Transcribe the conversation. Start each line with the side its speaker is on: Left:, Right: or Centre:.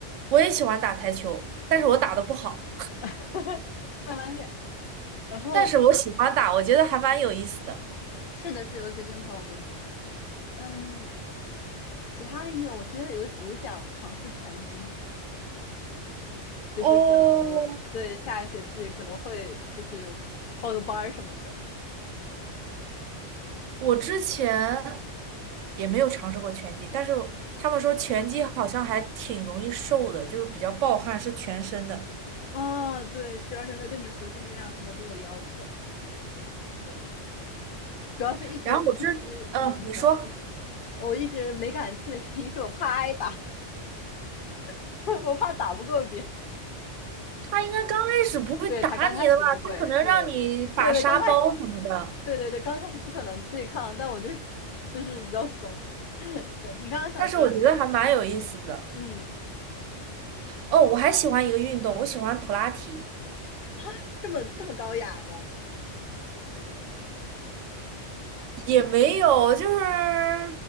Right: 我也喜欢打台球，但是我打的不好，
Left: <laughs> 慢慢练。然后
Right: 但是我喜欢打，我觉得还蛮有意思的。
Left: 是的是，尤其跟朋友们一起，嗯，其他运动我其实有有想尝试拳击，就是可能对下个学期可能会就是报个班儿什么的。
Right: 哦，我之前也没有尝试过拳击，但是他们说拳击好像还挺容易瘦的，就是比较暴汗，是全身的。
Left: 啊，对，是，而且他对你核心力量什么都有要求。对，主要是一直一直，
Right: 然后我知，嗯、
Left: 嗯，你说，
Right: 你说
Left: 嗯，我一直没敢去的原因是我怕挨打，<laughs> 我怕打不过别人
Right: 他应该刚开始不会打你的吧？
Left: 对，他刚开始不会，
Right: 他可能让你把沙包什么的，
Left: 对，对对，刚开，对对对，刚开始不可能对抗，但我就是就是比较怂。<laughs> 对，你刚刚想说什么？
Right: 但是我觉得还蛮有意思的。
Left: 嗯，
Right: 哦，我还喜欢一个运动，我喜欢普拉提，
Left: 啊，这么这么高雅吗？
Right: 也没有，就是